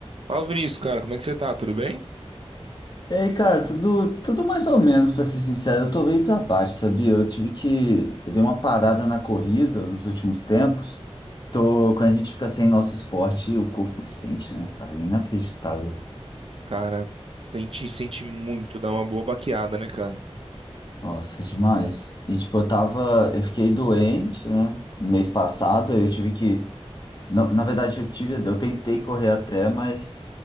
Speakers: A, on the right (about 60°); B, on the left (about 40°).
A: Fala, Vinícius, cara, como é que você tá? Tudo bem?
B: E aí, cara, tudo, tudo mais ou menos, pra ser sincero, eu tô meio pra baixo, sabia? Eu tive que, eu dei uma parada na corrida nos últimos tempos. Tô, quando a gente fica sem nosso esporte, o corpo sente, né, cara? É Inacreditável.
A: Cara, sente, sente muito, dá uma boa baqueada, né, cara?
B: Nossa, demais. E tipo, eu tava, eu fiquei doente, né? No mês passado, aí eu tive que, na, na verdade, eu tive, eu tentei correr até, mas